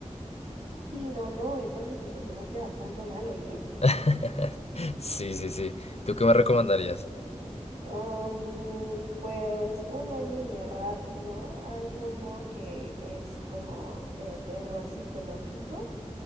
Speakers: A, on the right; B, on the left.
A: Sí, no, no, entonces pues empezaste bastante mal, oye.
B: <laughs> Sí, sí, sí. ¿Tú qué me recomendarías?
A: Am, pues un anime rápido. Hay uno que es como de terror psicológico.